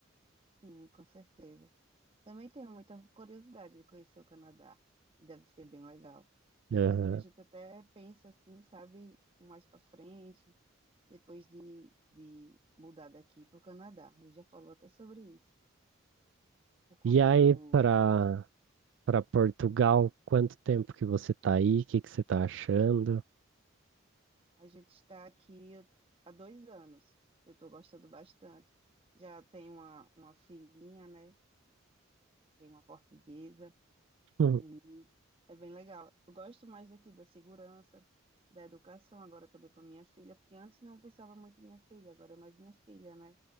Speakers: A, on the right (about 25°); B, on the right (about 60°).
A: sim, com certeza. Também tenho muita curiosidade de conhecer o Canadá. Deve ser bem legal. Inclusive,
B: Aham.
A: a gente até pensa assim, sabe, um mais para frente, depois de, de mudar daqui para o Canadá. A gente já falou até sobre isso, por conta
B: E aí,
A: do.
B: para para Portugal, quanto tempo que você tá aí? O que que você tá achando? <laughs>
A: A gente está aqui há dois anos. Eu estou gostando bastante. Já tenho uma, uma filhinha, né? Tem uma portuguesa.
B: Hum,
A: E é bem legal. Eu gosto mais daqui da segurança, da educação, agora também para minha filha, porque antes não pensava muito em minha filha, agora é mais minha filha, né?